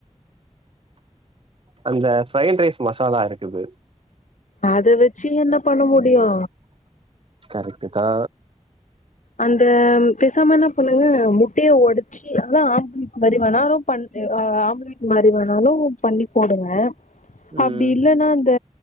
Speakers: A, on the right; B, on the left.
A: அந்த ஃப்ரைட் ரைஸ் மசாலா இருக்குது
B: அத வச்சு என்ன பண்ண முடியு
A: கரெக்ட்டுதா
B: அந்த பேசாம என்ன பண்ணுங்க முட்டைய ஒடச்சு அதா ஆம்ளேட் மாரி வேணாலு பண் ஆ ஆம்லேட் மாரி வேணாலு பண்ணி போடுங்க
A: ம்
B: அப்டி இல்லன்னா இந்த